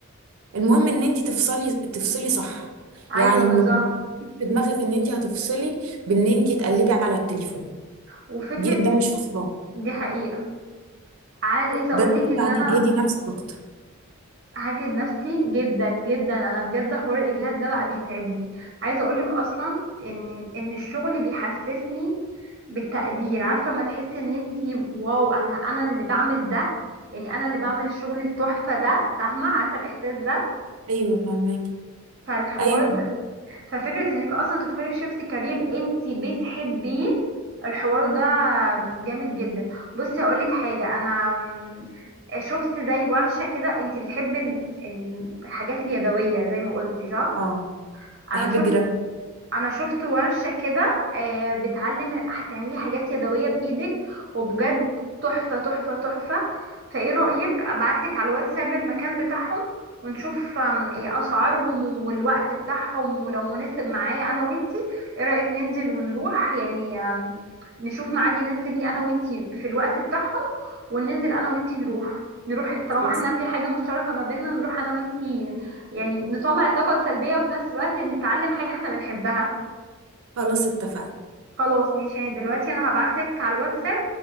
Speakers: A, on the right; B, on the right.
A: المهم ان انت تفصلي تفصلي صح
B: ايوه
A: يعني ما
B: بالظبط
A: ما تحطيش في دماغك ان انت هتفصلي بان انت تقلبي على التليفون
B: وفكره
A: دي ده مش فصلان
B: دي حقيقة عايزة
A: ده
B: اقولك
A: انت كده
B: ان
A: هتجهدي
B: انا
A: نفسك اكتر
B: هاجد نفسي جدا جدا انا بجد حوار الاجهاد ده بقى بيتعبني عايزه اقولك اصلا ان ان الشغل بيحسسني بالتقدير عارفه ما تحسي ان انتي واو انا انا اللي بعمل ده يعني انا اللي بعمل الشغل التحفه ده فاهمه عارفه الاحساس ده
A: ايوه فاهماكي
B: فالحوار
A: ايوه
B: ففكرة انك اصلا تدخلي في شيفت كارير انت بتحبيه الحوار ده جامد جدا بصي هقولك حاجة انا م- شفت زي ورشة كده انت بتحبي ال- ال- الحاجات اليدوية زي ما قلتي صح
A: اه
B: انا
A: بحب
B: شفت
A: الجرافيك
B: انا شفت ورشة كده آه، بتعلم هتعملي حاجات يدوية بايدك وبجد تحفة تحفة تحفة فايه رأيك ابعتلك على الواتساب المكان بتاعهم ونشوف آم، إيه اسعارهم والوقت بتاعهم ولو مناسب معايا انا وانتي ايه رأيك ننزل ونروح يعني آم، نشوف ميعاد يناسبني انا وانتي في الوقت بتاعهم وننزل انا وانتي نروح نروح طالما
A: خلاص
B: احنا في حاجة مشتركة ما بيننا نروح انا وانتي يعني نطلع الطاقة السلبية وفي نفس الوقت نتعلم حاجة احنا بنحبها
A: خلاص اتفقنا
B: خلاص ماشي يعني دلوقتي انا هبعتلك على الواتساب